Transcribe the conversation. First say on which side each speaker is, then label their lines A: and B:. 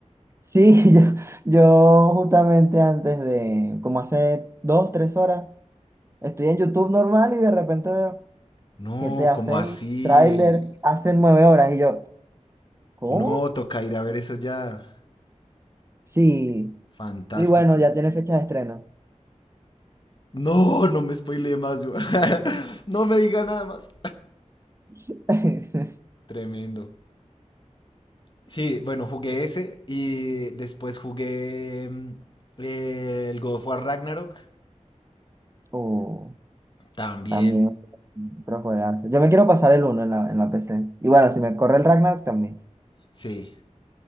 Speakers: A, on the right; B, on the left.
A: Sí, <laughs> yo, yo justamente antes de, como hace dos, tres horas, estoy en YouTube normal y de repente veo
B: no,
A: GTA
B: como
A: 6,
B: así?
A: tráiler, hace nueve horas y yo, ¿cómo?
B: No, toca ir a ver eso ya.
A: Sí,
B: Fantástico.
A: y bueno, ya tiene fecha de estreno.
B: No, no me spoileé más, yo. <laughs> No me diga nada más.
A: <laughs>
B: Tremendo. Sí, bueno, jugué ese y después jugué mm, eh, el God of War Ragnarok.
A: Uh,
B: También,
A: también otro juegazo. Yo me quiero pasar el uno en la, en la PC. Y bueno, si me corre el Ragnar también.
B: sí,